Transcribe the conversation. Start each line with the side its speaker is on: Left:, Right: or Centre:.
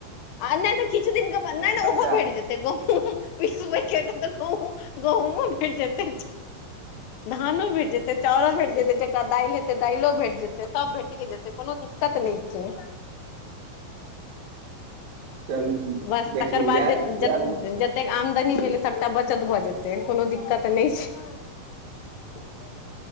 Left: आ नहि तऽ किछु दििन के बाद नहि ने
Right: खर्चा
Left: ओहो भेट जेतै गहुँम पिसै तऽ गहुम गहुूंमो भेट जेतै धानो भेट जेतै चाउो भेट जेतै जेकरा दालि हेतै दाललो भेट जेतै सब भेटिए जेतै कोनो दिक्कत नहि छै
Right: चलू
Left: बस
Right: देखियौ
Left: तकर बाद
Right: इएह इएह ने
Left: जतेक आमदनी भेलै सबटा बचत भऽ जेतै तेन कोनो दिक्कत नहि छै